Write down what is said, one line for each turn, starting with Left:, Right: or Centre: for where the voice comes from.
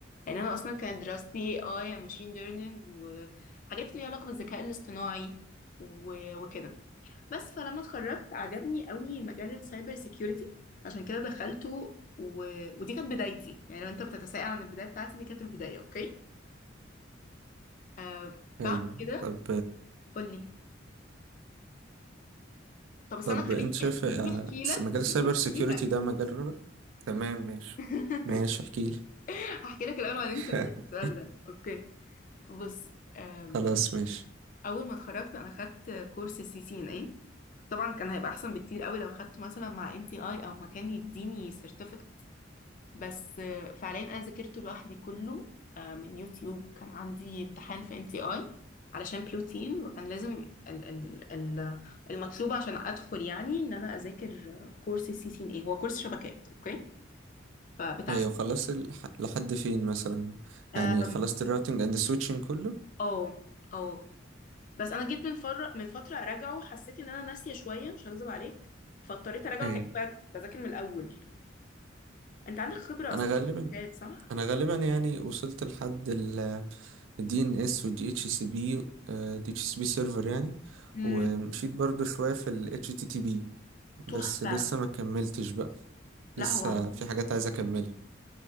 Left: يعني انا اصلا كانت دراستي اي ماشين ليرنينج وحاجات ليها علاقة بالذكاء الاصطناعي و- وكده بس فلما اتخرجت عجبني قوي مجال السايبر سيكيورتي عشان كده دخلته و... ودي كانت بدايتي يعني لو انت بتتساءل عن البداية بتاعتي دي كانت البداية اوكي آه
Right: ايوه
Left: بعد كده
Right: طب
Left: قول لي طب استنى
Right: طب
Left: خليني
Right: انت شايف
Left: خليني
Right: آه،
Left: احكي
Right: س-
Left: لك
Right: مجال السايبر
Left: خليني احكي
Right: سيكيورتي
Left: لك
Right: ده مجال رابر تمام ماشي
Left: <laughs>
Right: ماشي احكيلي
Left: هحكي لك الاول وبعدين
Right: <laughs>
Left: كملت السؤال ده اوكي بص آم،
Right: خلاص ماشي
Left: اول ما اتخرجت انا خدت كورس سي سي ان اي طبعا كان هيبقى احسن بكتير قوي لو خدته مثلا مع ان تي اي او مكان يديني certificate بس آه، فعليا انا ذاكرته لوحدي كله آه، من يوتيوب كان عندي امتحان في ان تي اي علشان بلوتين وكان لازم ال ال ال المطلوب عشان ادخل يعني ان انا اذاكر كورس السي سي ان اي هو كورس شبكات اوكي فبتاع
Right: ايوه
Left: س-
Right: خلصت الح... لحد فين مثلا
Left: آم،
Right: يعني خلصت الراوتنج اند السويتشنج كله
Left: اه اه بس انا جيت من فر من فتره اراجعه حسيت ان انا ناسيه شويه مش هكذب عليك فاضطريت اراجعه
Right: ايوه
Left: كاني بج- بذاكر من الاول انت عندك خبره
Right: انا
Left: اصلا
Right: غالبا
Left: في الشبكات، صح؟
Right: انا غالبا يعني وصلت لحد دي ان اس ودي اتش سي بي دي اتش سي بي سيرفر يعني
Left: امم
Right: ومشيت برضو شوية في ال HTTP بس
Left: تحفه
Right: لسه ما كملتش بقى
Left: لا
Right: لسه
Left: هو عمل
Right: في حاجات عايز اكملها